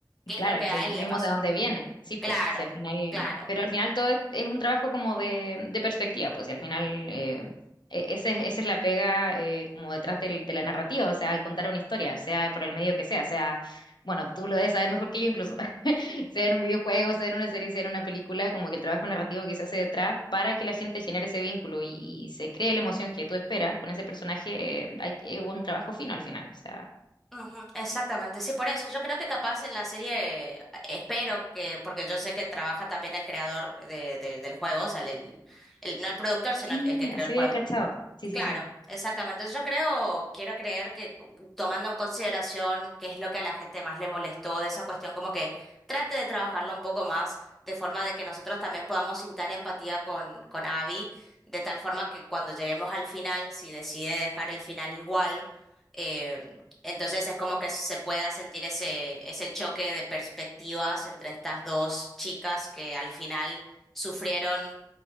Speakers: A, in the centre; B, on the left.
A: qué
B: Claro,
A: es lo que
B: es que
A: a él
B: vimos
A: le pasó.
B: de dónde vienen, sí, pues,
A: Claro,
B: si al final,
A: claro.
B: pero al final todo es es un trabajo como de, de perspectiva, pues, y al final eh, e- ese, es- esa es la pega eh, como detrás del- de la narrativa, o sea, al contar una historia, sea por el medio que sea, sea, bueno, tú lo debes saber mejor que yo incluso, <laughs> sea en un videojuego, sea en una serie, sea en una película, como que el trabajo narrativo que se hace detrás para que la gente genere ese vínculo y, se cree la emoción que tú esperas con ese personaje, eh, hay, es un trabajo fino al final, o sea,
A: Ujú, exactamente, sí, por eso yo creo que capaz en la serie eh, espero que, porque yo sé que trabaja también el creador de, de- del juego, o sea, el, el- el- no el productor, sino
B: sí,
A: el, el que creó
B: así
A: el juego.
B: había cachado, sí, sí,
A: Claro,
B: sí.
A: exactamente. Yo creo, quiero creer que tomando en consideración qué es lo que a la gente más le molestó de esa cuestión, como que trate de trabajarlo un poco más, de forma de que nosotros también podamos sintar empatía con, con Abby, de tal forma que cuando lleguemos al final, si decide dejar el final igual, eh, entonces es como que se pueda sentir ese, ese choque de perspectivas entre estas dos chicas que al final sufrieron